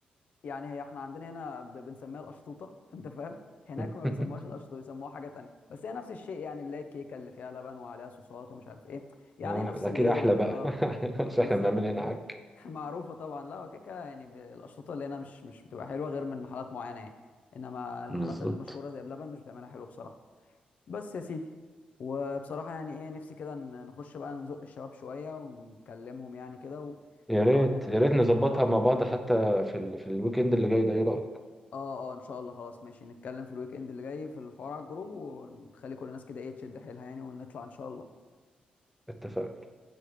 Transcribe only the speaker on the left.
يعني هي احنا عندنا هنا ب- بنسميها الاشطوطه <laughs> انت فاهم هناك
ما بيسموهاش القشطه بيسموها حاجه تانية بس هي نفس الشيء يعني اللي هي الكيكه اللي فيها لبن وعليها صوصات ومش عارف ايه يعني
نفس
الايه
ال-
اه
بالظبط
<laughs> معروفة طبعا لا وكيكة يعني ب- الأشرطة اللي هنا مش مش بتبقى حلوة غير من محلات معينة يعني إنما المحلات
المشهورة زي بلبن مش بتعملها حلو بصراحة بس يا سيدي وبصراحة يعني إيه نفسي كده ن- نخش بقى نزق الشباب شوية ونكلمهم يعني كده
ونحاول
إن إحنا
نتفق
آه
آه آه إن شاء الله خلاص ماشي نتكلم في الويك إند اللي جاي في الحوار على الجروب ونخلي كل الناس كده إيه تشد حيلها يعني ونطلع إن شاء الله